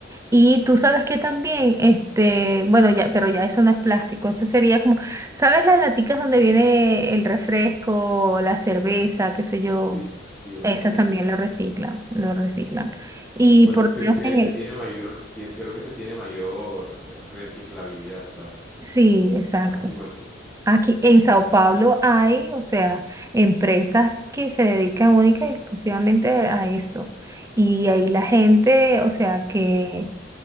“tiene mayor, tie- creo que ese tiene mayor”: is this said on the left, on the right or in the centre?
Centre